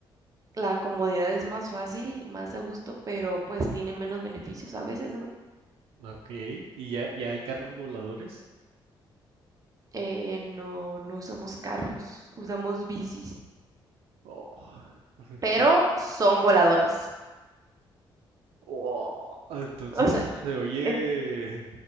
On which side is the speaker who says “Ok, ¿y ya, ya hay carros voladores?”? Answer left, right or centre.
Right